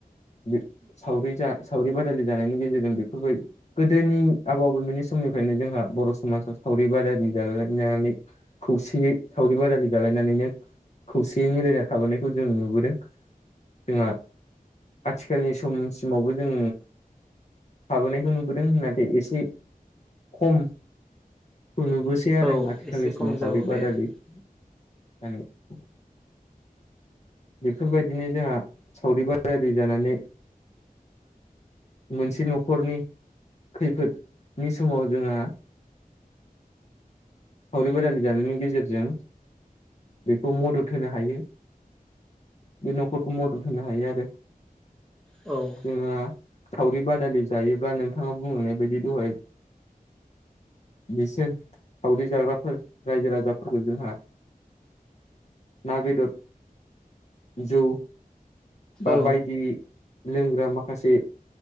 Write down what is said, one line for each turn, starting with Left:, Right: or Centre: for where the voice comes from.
Left: बे सावरि जा सावरि बादालि जानायनि गेजेरजों बेफोरबायदि गोदोनि आबौ आबौमोननि समनिफ्रायनो जोंहा बर' समाजाव सावरि बादालि जालायनानै खौसेयै सावरि बादालि जालायनानैनो खौसेयै मिलायना थाबोनायखौ जों नुबोदों। जोंहा आथिखालनि समसिमावबो जों थाबोनायखौ नुबोदों नाथाय एसे खम खौ नुबोसै आरो
Centre: औ
Left: आथिखालनि
Centre: एसे
Left: समाव
Centre: खम
Left: सावरि
Centre: जाबोबाय
Left: बादालि
Centre: आरो
Left: जानाय <inaudible> बेफोरबायदिनो जोंहा सावरि बादारि जानानै मोनसे न'खरनि खैफोदनि समाव जोंहा सावरि बादालि जानायनि गेजेरजों बेखौ मदद होनो हायो। बे न'खरखौ मदद होनो हायो आरो।
Centre: औ।
Left: जोंहा सावरि बादालि जायोब्ला नोंथाङा बुंहैनाय बायदि दहाय बिसोर सावरि जाग्राफोर रायजो राजाफोरखौ जोंहा ना बेदर जौ बा
Centre: औ
Left: बायदि लोंग्रा माखासे